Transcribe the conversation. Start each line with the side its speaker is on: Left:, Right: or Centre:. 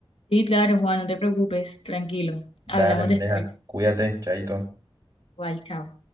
Left: Sí, claro, Juan, no te preocupes, tranquilo.
Right: Dale,
Left: Hablamos
Right: Maleja,
Left: después.
Right: cuídate, chaito.
Left: Igual, chao.